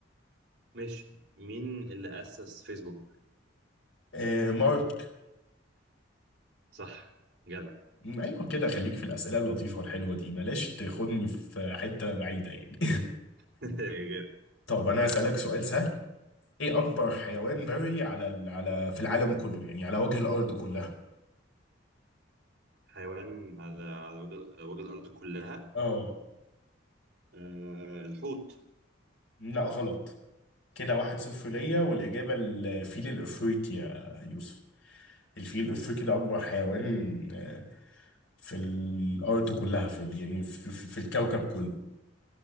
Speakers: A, on the right (about 55°); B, on the left (about 80°).
A: ماشي مين اللي أسس فيسبوك
B: آه مارك
A: صح جدع
B: م، ايوه كده خليك في الأسئلة اللطيفة والحلوة دي بلاش تاخدني في حتة بعيدة يعني
A: <laughs>
B: <laughs> طب انا هسألك سؤال سهل ايه اكبر حيوان
A: مم.
B: بري على ال... على في العالم كله يعني على وجه الارض كلها
A: حيوان على على وجه وجه الأرض كلها
B: اه
A: آه الحوت
B: لا غلط كده واحد صفر ليا والإجابة الفيل الأفريقي يا يوسف الفيل الأفريقي ده أكبر حيوان آه، في الارض كلها في ال- يعني في, في, في الكوكب كله